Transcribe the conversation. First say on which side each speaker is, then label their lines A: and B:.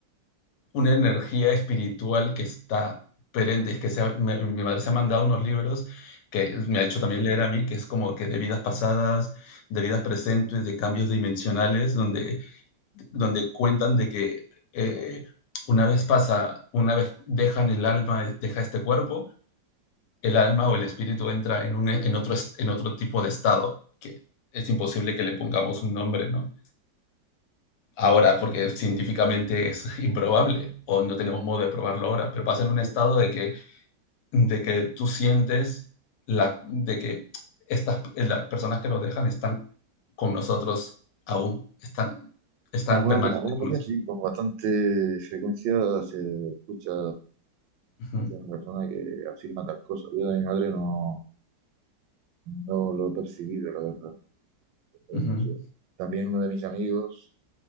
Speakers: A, on the left; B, on the right.
A: una energía espiritual que está perenne. Es que se ha- me- mi madre se ha mandado unos libros que me ha hecho también leer a mí, que es como que de vidas pasadas, de vidas presentes, de cambios dimensionales, donde, donde cuentan de que eh, una vez pasa, una vez dejan el alma, deja este cuerpo, el alma o el espíritu entra en, un, en, otro, est- en otro tipo de estado, que es imposible que le pongamos un nombre, ¿no? Ahora, porque científicamente es <laughs> improbable o no tenemos modo de probarlo ahora, pero pasa en un estado
B: Sí,
A: de que, de que tú sientes la, de que estas eh, las personas que nos dejan están con nosotros aún, están, están
B: Algunas
A: permanentes
B: veces, algunas
A: con
B: veces
A: nosotros.
B: sí, con bastante frecuencia se escucha
A: Ujú,
B: más de una persona que afirma tal cosa. Yo de mi madre no, no lo he percibido, la verdad. pero
A: ujú,
B: no sé. También uno de mis amigos